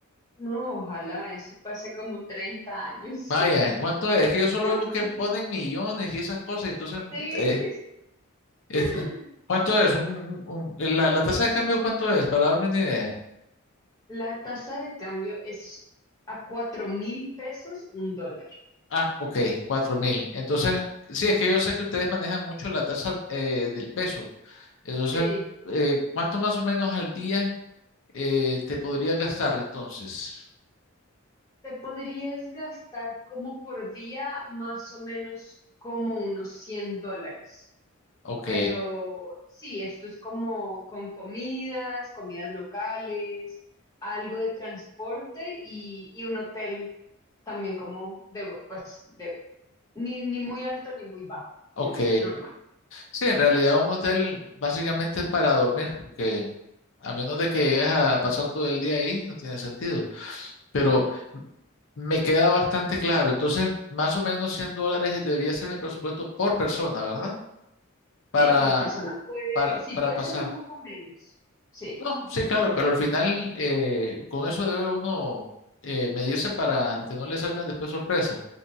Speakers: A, on the left; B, on the left.
A: no, ojalá eso pase como 30 años.
B: Vaya, ¿y ¿cuánto es? Es que yo solo
A: <laughs>
B: oigo que ponen millones y esas cosas, y entonces,
A: Sí.
B: eh, es-
A: <laughs>
B: eh, ¿cuánto es? Un, un- la, la tasa de cambio, ¿cuánto es? Para darme una idea.
A: La tasa de cambio es a cuatro mil pesos un dólar.
B: Ah, ok, cuatro mil. Entonces, sí, es que yo sé que ustedes manejan mucho la tasa eh, del peso. Entonces,
A: Sí.
B: eh, ¿cuánto más o menos al día eh, te podría gastar entonces?
A: Te podrías gastar como por día más o menos como unos 100 dólares.
B: Ok,
A: Pero sí, esto es como con comidas, comidas locales, algo de transporte y, y un hotel también como de, pues, de, ni, ni muy alto ni muy bajo, como
B: ok.
A: normal.
B: Sí, en realidad un hotel básicamente es para dormir, porque a menos de que llegues a pasar todo el día ahí, no tiene sentido. pero me queda bastante claro. Entonces, más o menos 100 dólares debería ser mi presupuesto por persona, ¿verdad? Para,
A: Sí, por persona. Puede,
B: para,
A: sí,
B: para
A: puede
B: pasar.
A: ser un poco menos. Sí,
B: No, sí, claro, pero al final eh, con eso debe uno eh, medirse para que no le salgan después sorpresas.